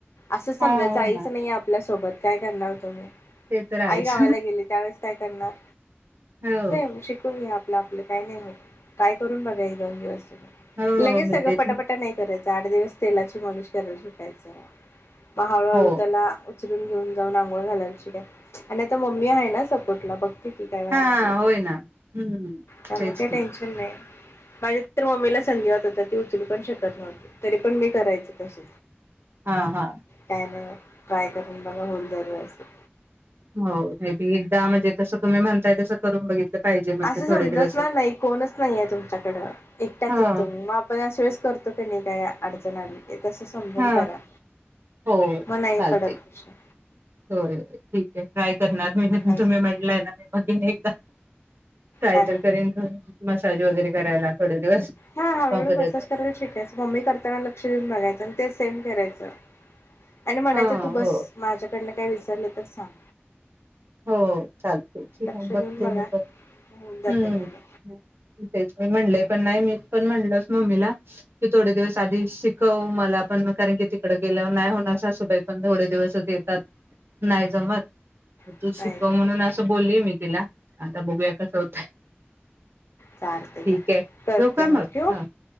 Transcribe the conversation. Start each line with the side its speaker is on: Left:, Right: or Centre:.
Left: असं समजायचं
Right: हा हो
Left: आईचं
Right: ना
Left: नाहीये आपल्या सो सोबत काय करणार होतो मी
Right: ते तर आहेच
Left: आई गावाला गेली त्यावेळेस काय करणार
Right: हो
Left: सेम शिकून घे आपलं आपलं. काय नाही होत. ट्राय करून बघा एक-दोन दिवस
Right: हो
Left: लगेच
Right: मी
Left: सगळं
Right: तेच
Left: पटापटा नाही करायचं आठ दिवस तेलाची मॉलिश करायला शिकायचं म हळू हळू
Right: हो
Left: त्याला चलून घेऊ जाऊन अंघोळ घायचीय त्यात आणि आता मम्मी हाय ना सपोर्टला बघ काय व्हायला
Right: हा
Left: लागलं
Right: होय
Left: तर
Right: ना हम्म
Left: त्यामुळे
Right: तेच
Left: ते टेन्शन
Right: की
Left: नाही माझ्या तर मम्मीला संधिवतये तर, ती उचलू पण शकत नव्हते. तरी पण, मी करायच तसच
Right: हा हा
Left: काय नाही होत. ट्राय करून बघा होऊन जाईल. व्यवस्थित
Right: हो, मी पण एकदा म्हणजे जसं, तुम्ही म्हणताय तसं करून बघितलं. पाहिजे मग
Left: असं
Right: ते
Left: समजणार
Right: थोडे दिवस
Left: नाही, कोणच नाही आहे. तुमच्याकडं एकट्याचच
Right: हो
Left: तुम्ही मग, आपण अशा वेळेस करतो. की नाही काय. अडचण आली. ते तसं समजून
Right: हा
Left: करा
Right: होय
Left: मग नाही
Right: चालतय,
Left: पडत प्रश्न
Right: होय, होय ठीक, <unintelligible> करणार, मी
Left: अजून
Right: तुम्ही म्हटलंय, ना मी बघेन एकदा काय,
Left: हा
Right: तर करेन. मसाज वगैरे करायला थोडे दिवस
Left: हा हळूहळू
Right: तोपर्यंत
Left: मसाज करायला शिकायच. मम्मी करताना लक्ष देऊन बघायच. पण, ते सेम करायचं. आणि म्हणायचं,
Right: हा
Left: तू बस
Right: हो
Left: माझ्याकडन काय विसरलं तर सांग.
Right: हो चालते, ठीक
Left: लक्ष
Right: आहे बघते.
Left: देऊन बघा
Right: मी पण
Left: होऊन जातं
Right: हम्म
Left: घ्यायला
Right: तेच म्हणलंय. पण नाही, मी पण म्हणल, मम्मीला की थोडे दिवस आधी शिकव, मला पण कारण की तिकड गेल्यावर नाही होणार, सासूबाई पण थोडे दिवसच. देतात, नाही जमत.
Left: हा
Right: शिकव.
Left: नाही
Right: म्हणून अस बोल्ली, मी, तिला आता बघूया कस होतंय.
Left: चालते घ्या
Right: ठीक आहे.
Left: करते
Right: ठिव का मग
Left: ठेवू
Right: हा